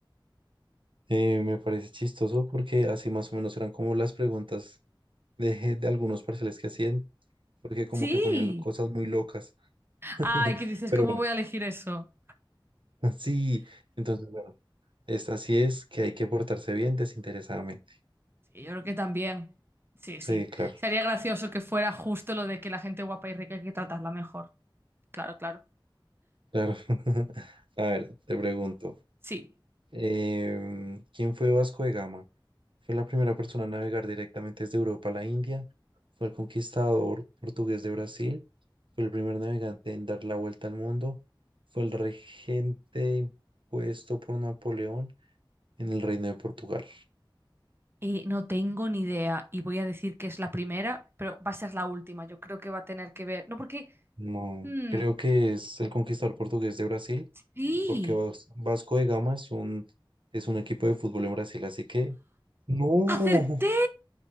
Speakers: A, on the right; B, on the right.
A: Eh, me parece chistoso porque así más o menos eran como las preguntas de, de algunos parciales que hacían, porque como
B: Sí.
A: que ponían cosas muy locas. <laughs>
B: Ay, ¿qué dices?
A: Pero
B: ¿Cómo
A: bueno,
B: voy a elegir eso?
A: sí, entonces bueno, esta sí es que hay que portarse bien desinteresadamente.
B: Sí, yo creo que también. Sí, sí.
A: Sí, claro,
B: Sería gracioso que fuera justo lo de que la gente guapa y rica hay que tratarla mejor. Claro, claro.
A: claro. <laughs> A ver, te pregunto.
B: Sí.
A: Em, ¿quién fue Vasco de Gama? Fue la primera persona a navegar directamente desde Europa a la India. Fue el conquistador portugués de Brasil. Fue el primer navegante en dar la vuelta al mundo. Fue el regente impuesto por Napoleón en el Reino de Portugal.
B: Eh, no tengo ni idea y voy a decir que es la primera, pero va a ser la última. Yo creo que va a tener que ver. No, porque...
A: No,
B: mm,
A: creo que es el conquistador portugués de Brasil,
B: ¡Sí!
A: porque Vas- Vasco de Gama es un, es un equipo de fútbol en Brasil, así que... No.
B: ¡Acerté!